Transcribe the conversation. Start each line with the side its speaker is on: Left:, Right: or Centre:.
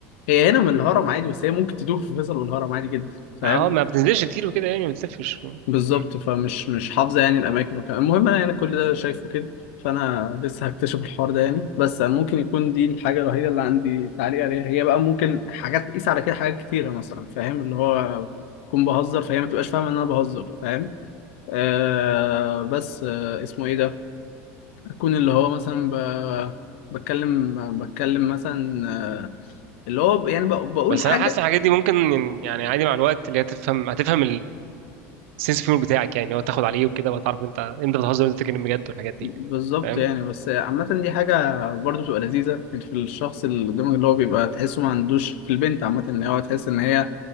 Left: هي هنا من الهرم عادي بس هي ممكن تدور في فيصل والهرم عادي جدا فاهم
Right: اه ما بتنزلش كتير وكده يعني ما بتلفش
Left: بالظبط
Right: مم.
Left: فمش مش حافظه يعني الاماكن وكده المهم انا يعني كل ده شايفه كده فانا لسه هكتشف الحوار ده يعني بس انا ممكن يكون دي الحاجه الوحيده اللي عندي تعليق عليها هي بقى ممكن حاجات تقيس على كده حاجات كتيره مثلا فاهم اللي هو اكون بهزر فهي ما تبقاش فاهمه ان انا بهزر فاهم آه بس آه اسمه ايه ده اكون اللي هو مثلا ب... بتكلم بتكلم مثلا آه، اللي هو يعني بق- بقول
Right: بس
Left: حاجه
Right: انا حاسس الحاجات دي ممكن يعني عادي مع الوقت اللي هي تفهم هتفهم سينس فيور بتاعك يعني هو تاخد عليه وكده وتعرف انت انت بتهزر وانت بتتكلم بجد والحاجات دي
Left: بالظبط
Right: فاهم
Left: يعني بس عامة دي حاجة برضو بتبقى لذيذة يعني في الشخص اللي قدامك اللي هو بيبقى تحسه ما عندوش في البنت عامة ان هو تحس ان هي